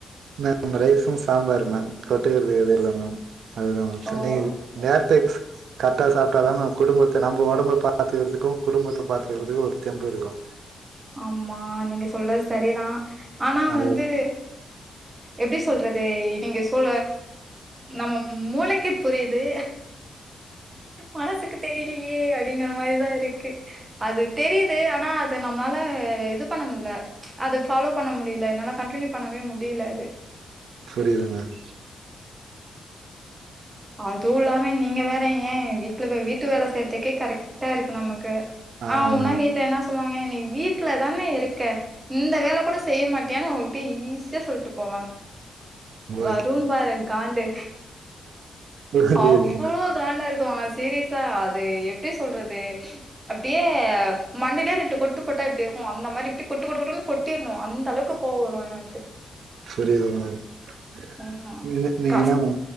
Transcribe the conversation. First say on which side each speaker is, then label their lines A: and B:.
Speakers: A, on the right (about 75°); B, on the right (about 15°).
A: மேம் ரைசு சாம்பாரு மேம் தொட்டுக்க வே வே இல்ல மேம் அதுதா மேம்
B: ஓ
A: <unintelligible> நீங்க நேரத் கரெட்டா சாப்ட்டாதா மேம் குடும்பத்த நம்ம ஒடம்ப பாத்துக்கறதுக்கு குடும்பத்த பாத்துக்கறதுக்கு ஒரு தெம்புருக்கு
B: ஆமா நீங்க சொல்றது சரிதா ஆனா
A: அது
B: வந்து எப்டி சொல்றது நீங்க சொ நம்ம மூளைக்கு புரியுது மனசுக்கு தெரிலியே அ அப்டிங்கற மாரி தா இருக்கு அது தெரிது ஆனா அது நம் மால இது பண்ண முல்ல அது ஃபாலோ பண்ண முடில என்னால கண்டினியூ பண்ணவே முடில அது
A: புரிது மேம்
B: அதும் இல்லாம நீங்க வேற ஏன் வீட்ல வீட்டு வேல செய்றதுக்கே கரெக்ட் டா இருக்கு நமக்கு
A: ஆமா
B: ஆ உனா
A: மேம்
B: வீட்ல என்னா சொல் சொல்வாங்க நீ வீட்ல தான இருக்க இந்த வேல கூட செய்ய மாட்டியானு அவங்க அப்டியே ஈஸியா சொல்ட்டு போய் போவாங்க வரும்
A: ஓகே
B: பாரு காண்டு
A: புரியுது
B: அவ்ளோ
A: மேம்
B: காண்டாருக்கு சீரியஸா அது எப்டி சொல்றது அப்டியே மண்டில ரெண்டு கொட்ட போட்டா எப்படி இருக்கூ அந்த மாதிரி எப்படி குட்டு குட்டுனு கொட்டிரணு அந்த அளவுக்கு கோவோ வரும் எனக்கு
A: புரியிது மேம்
B: ம் கஷ்